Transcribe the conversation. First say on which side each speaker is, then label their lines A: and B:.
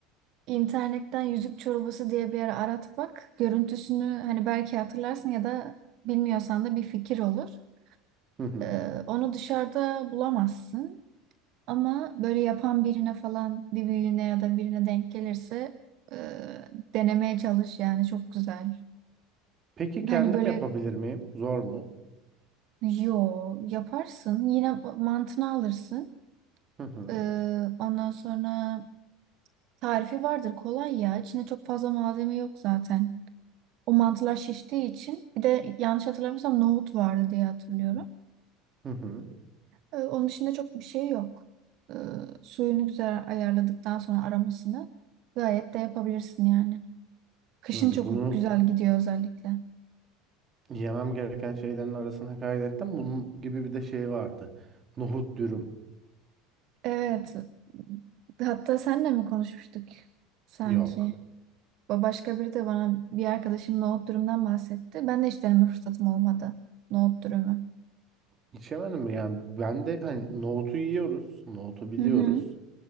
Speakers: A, on the right; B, on the right.
A: İnternetten yüzük çorbası diye bir ara arat bak. Görüntüsünü hani belki hatırlarsın ya da bilmiyorsan da bir fikir olur.
B: Hı hı.
A: Ee, onu dışarıda bulamazsın. Ama böyle yapan birine falan bir büyüğüne ya da birine denk gelirse e, denemeye çalış yani çok güzel.
B: Peki kendim
A: Hani böyle
B: yapabilir miyim? Zor mu?
A: yo yaparsın yine mantını alırsın.
B: Hı hı.
A: Ee, ondan sonra tarifi vardır kolay ya. İçinde çok fazla malzeme yok zaten. O mantılar şiştiği için bir de yanlış hatırlamıyorsam nohut vardı diye hatırlıyorum.
B: Hı hı.
A: Ee, onun dışında çok bir şey yok. Ee, suyunu güzel ayarladıktan sonra aramasını gayet de yapabilirsin yani. Kışın
B: Hı,
A: çok
B: bunu
A: güzel gidiyor özellikle.
B: Yemem gereken şeylerin arasına kaydettim. Bunun gibi bir de şey vardı. Nohut dürüm.
A: Evet. Hatta senle mi konuşmuştuk sanki?
B: Yok.
A: Ba- Başka biri de bana bir arkadaşım nohut dürümden bahsetti. Ben de hiç deneme fırsatım olmadı. Nohut dürümü.
B: İçemedim mi? Yani ben de hani nohutu yiyoruz. Nohutu biliyoruz.
A: Hı hı.